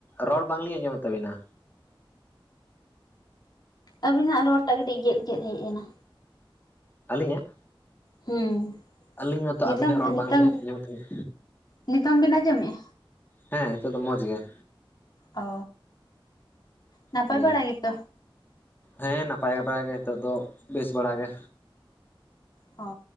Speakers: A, on the left; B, on the left.
A: ᱨᱚᱲ ᱵᱟᱝᱞᱤᱧ ᱟᱸᱡᱚᱢᱮᱜ ᱛᱟᱵᱤᱱᱟ᱾
B: ᱟᱹᱵᱤᱱᱟᱜ ᱨᱚᱲ ᱴᱟᱜ ᱠᱟᱹᱴᱤᱡ ᱜᱮᱫ ᱜᱮᱫ ᱦᱮᱡ ᱮᱱᱟ᱾
A: ᱟᱹᱞᱤᱧᱟᱜ?
B: ᱦᱩᱸ᱾
A: ᱟᱹᱞᱤᱧ ᱢᱟᱛᱚ
B: ᱱᱤᱛᱚᱝ
A: ᱟᱵᱤᱱᱟᱜ ᱨᱚᱲ
B: ᱱᱤᱛᱚᱝ
A: ᱵᱟᱝᱞᱤᱧ ᱟᱸᱡᱚᱢᱮᱜ ᱛᱟᱦᱮᱸᱜ᱾
B: ᱱᱤᱛᱚᱝ ᱵᱤᱱ ᱟᱸᱡᱚᱢᱮᱜᱼᱟ?
A: ᱦᱮᱸ, ᱱᱤᱛᱚᱜ ᱫᱚ ᱢᱚᱡᱽ ᱜᱮ।
B: ᱚ, ᱱᱟᱯᱟᱭ
A: ᱦᱳᱭ
B: ᱵᱟᱲᱟ ᱜᱮᱛᱚ?
A: ᱦᱮᱸ ᱱᱟᱯᱟᱭᱮ ᱵᱟᱲᱟ ᱜᱮ ᱱᱤᱛᱚᱜ ᱫᱚ, ᱵᱮᱥ ᱵᱟᱲᱟ ᱜᱮ᱾
B: ᱦᱚ